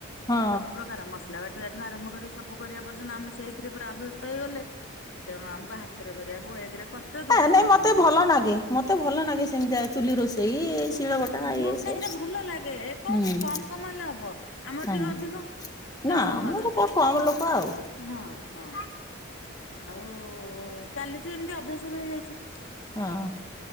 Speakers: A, on the left; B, on the left.
A: ହଁ
B: ସବୁ ପ୍ରକାର ମସଲା ବାଟ ଏଠୁ ଆରମ୍ଭ କରି ସବୁ କରିବା ପର୍ଯ୍ୟନ୍ତ ଆମେ ସେଇଥିରେ ପୁରା ଅଭ୍ୟସ୍ତ ହେଇଗଲେ। ତେଣୁ ଆମକୁ ହାତରେ କରିବା ହୁଏ ଏକରେ କଷ୍ଟ ଦୁଇରେ
A: ହେ ନାଇଁ
B: ସମୟ
A: ମତେ
B: ନାହିଁ।
A: ଭଲ ଲାଗେ ମତେ ଭଲ ଲାଗେ ସେମିତିଆ ଚୁଲି ରୋଷେଇ। ସେଇ ଶିଳ ବଟା
B: ହଁ
A: ଇଏ
B: ନାଇଁ
A: ସିଏ
B: ସେଇଟା ଭଲ ଲାଗେ କଣ
A: ହୁଁ
B: କି କମ କମ ହେଲେ ହବ ଆମର
A: ହୁଁ।
B: ଟିକେ ଅଧିକ। ତାକୁ
A: ନା
B: ସମୟ
A: ଆମର
B: ଦରକାର
A: କମ୍
B: କଷ୍ଟ
A: ଲୋକ
B: ଦରକାର
A: ଆଉ।
B: ହଁ ହଁ। ଆଉ ଚାଲିଛି ଏମିତି ଅଭ୍ୟାସ ବି ହେଇଯାଇଛି।
A: ହଁ।